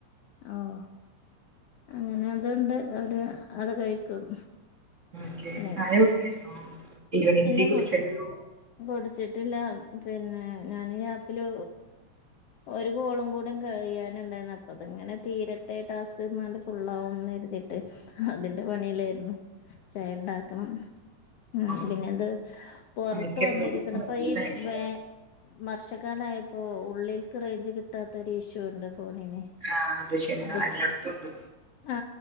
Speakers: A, on the left (about 80°); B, on the right (about 85°).
A: ആവോ അങ്ങനെ അതുകൊണ്ട് അവര് അത് കഴിക്കും
B: ഓക്കെ
A: പിന്നെ
B: ചായ കുടിച്ചായിരുന്നോ ഈവനിങ്
A: ഇല്ല
B: ടീ കുടിച്ചാരുന്നോ
A: കൊട് കുടിച്ചിട്ടില്ല പിന്നെ ഞാൻ ഈ ഗ്യാപ്പില് ഒരു കൊളും കൂടെ കഴിയാനുണ്ടായിരുന്നു അപ്പ അതങ്ങനെ തീരട്ടെ ടാസ്ക് എന്നാല് ഫുള്ള് ആവും എന്ന് കരുതി ട്ട് അതിന്റെ പണിയിലാരുന്നു ചായ ഉണ്ടാക്കണം ഉം
B: ഓ,
A: പിന്നെ അത് പൊറ
B: ചായക്ക്
A: ത്ത് വന്നിരിക്കണം
B: എന്തായിരിക്കും
A: ഇപ്പൊ ഈ
B: സ്നാക്സ്
A: വെ വർഷക്കാലായപ്പോ ഉള്ളിൽക്ക് റേഞ്ച് കിട്ടാത്ത ഒരു ഇഷ്യു ഫോണിനെ
B: ആ അത് ശരിയാ
A: അപ്പൊ
B: എല്ലായിടത്തും
A: സ്
B: ഉണ്ട്
A: ആ